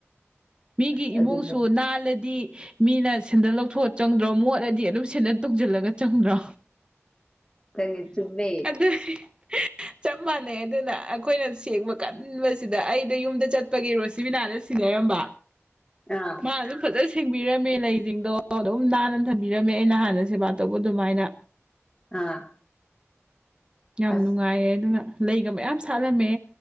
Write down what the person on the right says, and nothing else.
ꯃꯤꯒꯤ
ꯏꯃꯨꯡꯁꯨ
ꯅꯥꯜꯂꯗꯤ ꯃꯤꯅ ꯁꯦꯟꯗꯟ ꯂꯧꯊꯣꯛꯑ ꯆꯪꯗ꯭ꯔꯣ ꯃꯣꯠꯂꯗꯤ ꯑꯗꯨꯝ ꯁꯦꯟꯗ ꯇꯧꯁꯤꯜꯂꯒ ꯆꯪꯗ꯭ꯔꯥ
ꯑꯗꯨꯗꯤ ꯆꯞ ꯃꯥꯟꯅꯩ ꯑꯗꯨꯅ ꯑꯩꯈꯣꯏꯅ ꯁꯦꯡꯕ ꯀꯟꯕꯁꯤꯗ ꯑꯩꯗꯣ ꯌꯨꯝꯗ ꯆꯠꯄꯒꯤꯔꯣ ꯁꯤꯕꯤꯅꯥꯅ ꯁꯤꯟꯅꯔꯝꯕ
ꯃꯥ ꯑꯗꯨ ꯐꯠꯇ ꯊꯁꯤꯡꯕꯤꯔꯝꯃꯦ ꯂꯩꯁꯤꯡꯗꯣ ꯑꯗꯨꯝ ꯅꯥꯟꯅ ꯊꯝꯕꯤꯔꯝꯃꯦ ꯑꯩ ꯅꯍꯥꯟꯅ ꯁꯦꯕꯥ ꯇꯧꯕ ꯑꯗꯨꯃꯥꯏꯅ
ꯌꯥꯝ
ꯅꯨꯡꯉꯥꯏꯌꯦꯦ ꯑꯗꯨꯅ ꯂꯩꯒ ꯃꯌꯥꯝ ꯁꯥꯠꯂꯝꯃꯦ